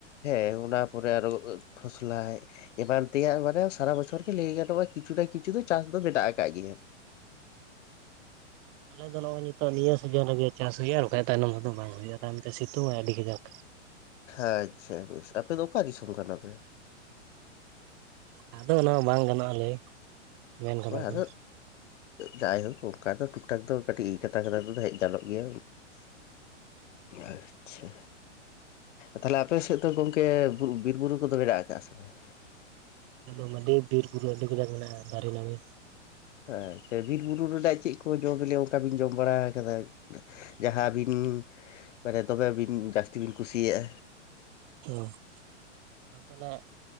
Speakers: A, on the left (about 80°); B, on the right (about 25°).
A: ᱦᱮᱸ ᱚᱱᱟ ᱯᱚᱨᱮ ᱟᱨᱚ ᱠᱷᱚᱥᱞᱟᱭ ᱮᱢᱟᱱ ᱛᱮᱭᱟᱜ ᱢᱟᱱᱮ ᱥᱟᱨᱟ ᱵᱚᱪᱷᱚᱨ ᱜᱮ ᱞᱟᱹᱭ ᱜᱟᱱᱚᱜᱼᱟ ᱠᱤᱪᱷᱩᱱᱟ ᱠᱤᱪᱷᱩ ᱫᱚ ᱪᱟᱥ ᱫᱚ ᱢᱮᱱᱟᱜ ᱟᱠᱟᱫ ᱜᱮᱭᱟ᱾
B: ᱟᱞᱮ ᱫᱚ ᱱᱚᱜᱼᱚᱭ ᱱᱤᱛᱚᱜ ᱱᱤᱭᱟᱹ ᱥᱤᱡᱚᱱ ᱨᱮᱜᱮ ᱪᱟᱥ ᱦᱩᱭᱩᱜᱼᱟ ᱟᱨ ᱵᱟᱠᱷᱟᱡ ᱛᱟᱭᱱᱚᱢ ᱛᱮᱫᱚ ᱵᱟᱝ ᱦᱩᱭᱩᱜᱼᱟ ᱛᱟᱭᱚᱢ ᱛᱮ ᱥᱤᱛᱩᱝ ᱟᱭ ᱟᱹᱰᱤ ᱠᱟᱡᱟᱠ᱾
A: ᱟᱪᱪᱷᱟ ᱵᱮᱥ ᱟᱯᱮ ᱫᱚ ᱚᱠᱟ ᱫᱤᱥᱚᱢ ᱠᱟᱱᱟ ᱯᱮ?
B: ᱟᱫᱚ ᱚᱱᱟ ᱢᱟ ᱵᱟᱝ ᱜᱟᱱᱚᱜᱼᱟ ᱞᱟᱹᱭ᱾ ᱢᱮᱱ ᱠᱟᱫᱟ
A: ᱚᱱᱟ
B: ᱠᱚ
A: ᱟᱫᱚ ᱡᱟᱭᱦᱳᱠ ᱚᱱᱠᱟ ᱫᱚ ᱴᱩᱠ ᱴᱟᱠ ᱫᱚ ᱠᱟᱹᱴᱤᱡ ᱠᱟᱛᱷᱟ ᱠᱟᱛᱷᱟ ᱛᱮᱫᱚ ᱦᱮᱡ ᱜᱟᱱᱚᱜ ᱜᱮᱭᱟ᱾ ᱟᱪᱪᱷᱟ ᱛᱟᱦᱚᱞᱮ ᱟᱯᱮ ᱥᱮᱫ ᱫᱚ ᱜᱚᱝᱠᱮ ᱵᱤᱨ ᱵᱩᱨᱩ ᱠᱚᱫᱚ ᱢᱮᱱᱟᱜ ᱟᱠᱟᱜᱼᱟ ᱥᱮ ᱵᱟᱝ?
B: ᱦᱮᱸ ᱟᱫᱚᱢ ᱵᱤᱨ ᱵᱩᱨᱩ ᱟᱹᱰᱤ ᱠᱟᱡᱟᱠ ᱢᱮᱱᱟᱜᱼᱟ ᱫᱟᱨᱮ ᱱᱟᱹᱲᱤ
A: ᱟᱪᱪᱷᱟ ᱵᱤᱨ ᱵᱩᱨᱩ ᱨᱮᱱᱟᱜ ᱪᱮᱫ ᱠᱚ ᱡᱚ ᱵᱤᱞᱤ ᱚᱱᱠᱟ ᱵᱤᱱ ᱡᱚᱢ ᱵᱟᱲᱟ ᱠᱟᱫᱟ? ᱡᱟᱦᱟᱸ ᱟᱹᱵᱤᱱ ᱢᱟᱱᱮ ᱫᱚᱢᱮ ᱵᱤᱱ ᱡᱟᱹᱥᱛᱤ ᱵᱤᱱ ᱠᱩᱥᱤᱭᱟᱜᱼᱟ᱾
B: ᱚ ᱱᱚᱛᱮᱱᱟᱜ